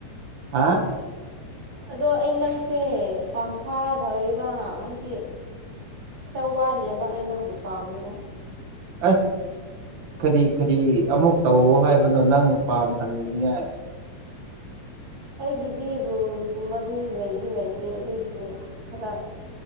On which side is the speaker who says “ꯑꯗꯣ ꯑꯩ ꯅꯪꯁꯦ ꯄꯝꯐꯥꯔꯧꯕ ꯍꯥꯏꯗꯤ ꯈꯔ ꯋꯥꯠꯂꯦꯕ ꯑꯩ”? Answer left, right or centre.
Right